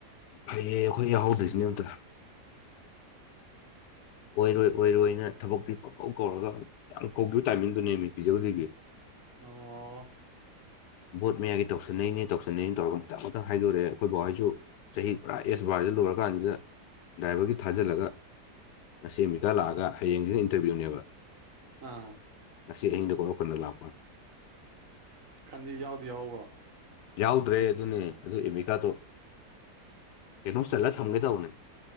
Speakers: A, on the left; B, on the right.
A: ꯐꯩꯌꯦ ꯑꯩꯈꯣꯏ ꯌꯥꯎꯍꯧꯗ꯭ꯔꯤꯁꯤꯅꯤ ꯑꯝꯇ ꯑꯣꯏꯔꯣꯏ ꯑꯣꯏꯔꯣꯏꯅ ꯊꯕꯛꯇꯤ ꯄꯪ ꯀꯧ ꯀꯧꯔꯒ ꯌꯥꯝ ꯀꯧꯈꯤꯕ ꯇꯥꯏꯃꯤꯡꯗꯨꯅꯦꯃꯤ ꯄꯤꯗꯕꯂꯤꯌꯨꯗꯤꯒꯤ
B: ꯑꯣ
A: ꯕꯣꯠ ꯃꯌꯥꯒꯤ ꯇꯧꯁꯤꯟꯅꯩꯅꯦ ꯇꯧꯁꯟꯅꯩꯅ ꯇꯧꯔꯒ ꯃꯊꯪ ꯃꯊꯪ ꯍꯥꯏꯗꯣꯔꯛꯑꯦ ꯑꯩꯈꯣꯏ ꯕꯥ ꯍꯣꯏꯁꯨ ꯆꯍꯤ ꯄꯨꯔꯥ ꯑꯦꯁ ꯕꯥꯔꯖꯦ ꯂꯣꯏꯔꯀꯥꯟꯁꯤꯗ ꯗ꯭ꯔꯥꯏꯚꯔꯒꯤ ꯊꯥꯖꯤꯜꯂꯒ ꯉꯁꯤ ꯑꯦꯗꯃꯤꯀꯥꯔꯗ ꯂꯥꯛꯑꯒ ꯍꯌꯦꯡꯁꯤꯅ ꯏꯟꯇꯔꯚꯤꯌꯨꯅꯦꯕ
B: ꯑꯥ
A: ꯉꯁꯤ ꯑꯍꯤꯡꯗ <unintelligible> ꯂꯥꯛꯄꯋꯥꯅꯤ
B: ꯈꯟꯗꯤ ꯌꯥꯎꯗꯤ ꯌꯥꯎꯕ꯭ꯔꯣ
A: ꯌꯥꯎꯗ꯭ꯔꯦ ꯑꯗꯨꯅꯦ ꯑꯗꯨ ꯑꯦꯃꯤꯀꯥꯔꯗꯇꯣ ꯀꯩꯅꯣ ꯆꯂ ꯊꯝꯒꯦ ꯇꯧꯕꯅꯦ